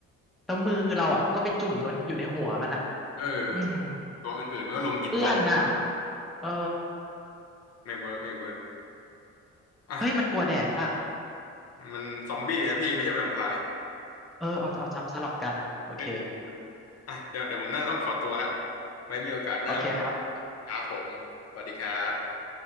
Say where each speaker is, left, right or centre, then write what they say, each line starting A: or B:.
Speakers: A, in the centre; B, on the left.
A: แล้วมือเราอ่ะก็ไปจุ่มโดนอยู่ในหัวมันอ่ะ
B: เออ
A: อืม
B: ตัวอื่นๆมันก็ลงกินโต๊ะ
A: เอื้อนน่ะเออ
B: ไม่เวิร์กไม่เวิร์กอ่ะ
A: เฮ้ยมันกลัวแดดป่ะ
B: มันซอมบี้นะพี่ไม่ใช่แวมไพร์
A: เออเอาเอาจำสลับกันโอเค
B: <laughs> ไม่รู้ไม่รู้อ่ะเดี๋ยวเดี๋ยวผมน่าต้องขอตัวละไว้มีโอกาสหน้า
A: โอเคครับ
B: ครับผมสวัสดีครับ